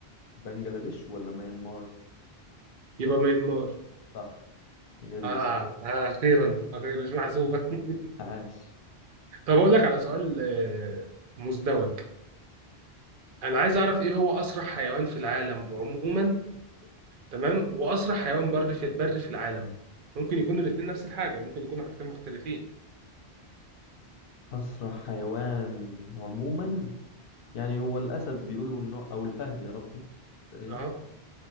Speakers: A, on the left; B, on the right.
A: بنجلاديش ولا ميانمار؟
B: يبقى ميانمار
A: صح هي دي
B: آه.
A: بالظبط
B: آه أخيرا أخيرا مش محسوبة <laughs>
A: عاش
B: طب أقول لك على سؤال آه، مزدوج أنا عايز أعرف إيه هو أسرع حيوان في العالم عموما تمام وأسرع حيوان بري في بري في العالم ممكن يكونوا الاتنين نفس الحاجة ممكن يكونوا حاجتين مختلفين
A: أسرع حيوان عموما يعني هو الأسد بيقولوا إنه أو الفهد يا ربي تقريبا
B: أه